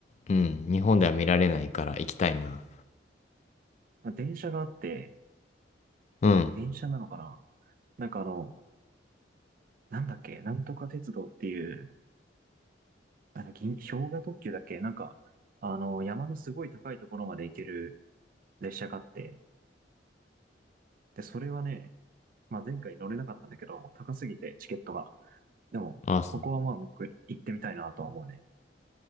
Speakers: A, on the left (about 40°); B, on the right (about 50°).
A: うん、日本では見られないから行きたいな。
B: まあ電車があって、
A: うん。
B: 電車なのかななんかあの、なんだっけ、なんとか鉄道っていう、あの、銀、氷河特急だっけなんか、あの、山のすごい高いところまで行ける列車があって、で、それはね、まあ、前回乗れなかったんだけど、もう高すぎてチケットが。でも、
A: あ、
B: ここはまあ、僕行ってみたいなとは思うね。